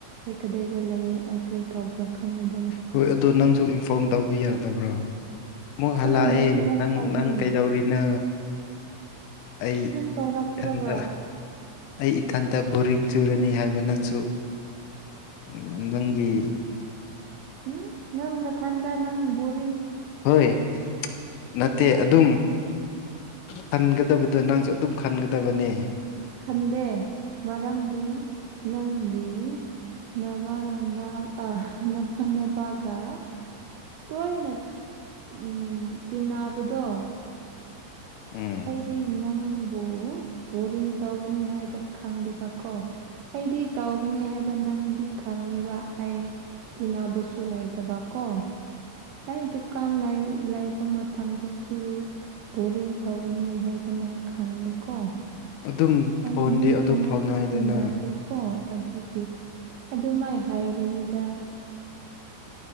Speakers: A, on the right; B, on the left.
A: ꯑꯩ ꯀꯗꯥꯏꯗ ꯂꯩ ꯑꯩ ꯀꯔꯤ ꯇꯧꯕ꯭ꯔꯥ ꯈꯪꯉꯤꯗꯅ
B: ꯍꯣꯏ ꯑꯗꯣ ꯅꯪꯁꯨ ꯏꯟꯐꯣꯔꯝ ꯇꯧꯕ ꯌꯥꯗꯕ꯭ꯔꯣ ꯑꯃꯨꯛ
A: ꯀꯃꯥꯏꯅ
B: ꯍꯜꯂꯛꯑꯦ
A: ꯏꯟꯐꯣꯝ
B: ꯅꯪ
A: ꯇꯧꯒꯅꯤ
B: ꯅꯪ ꯀꯩꯗꯧꯔꯤꯅꯣ ꯑꯩ
A: ꯅꯪ ꯇꯧꯔꯛꯇ꯭ꯔꯒ
B: ꯏꯊꯟꯇ ꯑꯩ ꯏꯊꯟꯇ ꯕꯣꯔꯤꯡ ꯆꯨꯔꯅꯤ ꯍꯥꯏꯕ ꯅꯪꯁꯨ ꯎꯝ ꯅꯪꯒꯤ
A: ꯎꯝ ꯅꯪ ꯅꯊꯟꯗ ꯅꯪ ꯕꯣꯔ
B: ꯍꯣꯏ ꯅꯠꯇꯦ
A: ꯇꯧꯔꯦ
B: ꯑꯗꯨꯝ ꯈꯟꯒꯗꯕꯗꯣ ꯅꯪꯁꯨ ꯑꯗꯨꯝ ꯈꯟꯒꯗꯕꯅꯦ
A: ꯈꯟꯗꯦ ꯃꯔꯝꯗꯤ ꯅꯪꯗꯤ ꯅꯃꯥ ꯅꯝꯕ ꯑ ꯅꯃꯥ ꯅꯄꯥꯒ ꯇꯣꯏꯅ ꯎꯝ ꯇꯤꯟꯅꯕꯗꯣ
B: ꯎꯝ
A: ꯑꯩꯗꯤ ꯅꯪꯕꯨ ꯕꯣꯔꯤꯡ ꯇꯧꯒꯅꯤ ꯍꯥꯏꯕ ꯈꯪꯗꯦꯕꯀꯣ ꯑꯩꯗꯤ ꯇꯧꯒꯅꯤ ꯍꯥꯏꯕ ꯅꯪꯗꯤ ꯈꯪ ꯈꯪꯉꯤꯕ ꯑꯩ ꯇꯤꯟꯅꯕꯁꯨ ꯂꯩꯇꯕ ꯀꯣ ꯑꯩ ꯗꯨꯀꯥꯟ ꯂꯩ ꯂꯩꯕ ꯃꯇꯝꯗꯁꯨ ꯕꯣꯔꯤꯡ ꯇꯧꯒꯅꯤ ꯍꯥꯏꯕ ꯅꯪ ꯈꯪꯉꯤꯀꯣ
B: ꯑꯗꯨꯝ
A: ꯑꯩ
B: ꯐꯣꯟꯗꯤ
A: ꯃꯤ
B: ꯑꯗꯨꯝ
A: ꯀꯅꯥꯁꯨ
B: ꯐꯥꯎꯅꯩꯗꯅ
A: ꯇꯤꯟꯅꯥꯗꯦꯀꯣ ꯑꯗꯨꯒꯤ ꯑꯗꯨ ꯃꯥꯏ ꯍꯥꯏꯕꯅꯤꯗ